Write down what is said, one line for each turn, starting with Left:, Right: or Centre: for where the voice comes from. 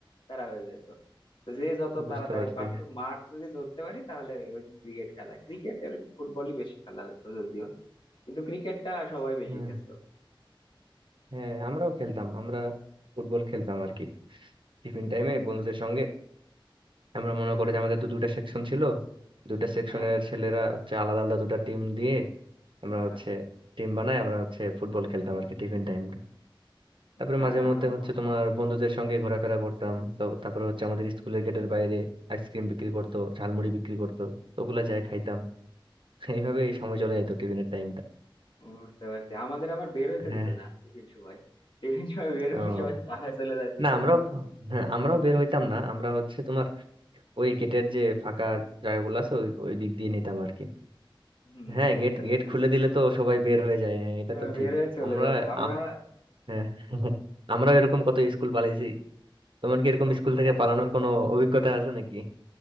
Left: প্যারা হয়ে যেত তো যে যত
Right: বুঝতে
Left: তাড়াতাড়ি
Right: পারছি
Left: পারতো মাছ যদি ধরতে পারি তাহলে ওই ক্রিকেট খেলা ক্রিকেট আর ফুটবলই বেশি খেলা হতো যদিও কিন্তু ক্রিকেটটা সবাই বেশি
Right: হুম
Left: খেলতো
Right: হ্যাঁ আমরাও খেলতাম আমরা ফুটবল খেলতাম আর কি টিফিন টাইমে বন্ধুদের সঙ্গে আমরা মনে করি যে আমাদের তো দুইটা সেকশন ছিল দুইটা সেকশনের
Left: হ্যাঁ হ্যাঁ
Right: ছেলেরা হচ্ছে আলাদা আলাদা দুটা টিম দিয়ে আমরা হচ্ছে
Left: আচ্ছা আচ্ছা
Right: টিম বানাই আমরা হচ্ছে ফুটবল খেলতাম আর কি টিফিন টাইমটা তারপরে
Left: হ্যাঁ
Right: মাঝে মধ্যে
Left: আম-
Right: হচ্ছে তোমার বন্ধুদের সঙ্গে ঘোরাফেরা করতাম তো তারপরে হচ্ছে আমাদের স্কুলের গেটের বাইরে আইসক্রিম বিক্রি করতো ঝালমুড়ি বিক্রি করতো তো ওগুলা যাই খাইতাম <laughs> এইভাবে এই সময় চলে যেত টিফিনের টাইমটা
Left: বুঝতে পারছি আমাদের আবার বের হইতে
Right: হ্যাঁ
Left: দিত না টিফিন সময় টিফিন সময় বের
Right: ও
Left: হইলে সবাই পাড়ায় চলে যাইতো
Right: না
Left: তো
Right: আমরাও হ্যাঁ আমরাও বের হইতাম না আমরা হচ্ছে তোমার ওই গেটের যে ফাঁকা জায়গাগুলো আছে ওই ওই দিক দিয়ে নিতাম আর কি
Left: হম
Right: হ্যাঁ
Left: বুঝতে
Right: গেট
Left: পারছি
Right: গেট খুলে
Left: বুঝতে পারছি।
Right: দিলে তো সবাই বের হয়ে যায় হ্যাঁ এটা
Left: সবাই
Right: তো
Left: বের
Right: ঠিক
Left: হয়ে চলে
Right: আমরা
Left: যাবে আমরা
Right: আম- হ্যাঁ <laughs> আমরা এরকম কত স্কুল পালিয়েছি তোমার কি এরকম
Left: স্কুল
Right: স্কুল থেকে পালানোর কোনো অভিজ্ঞতা আছে নাকি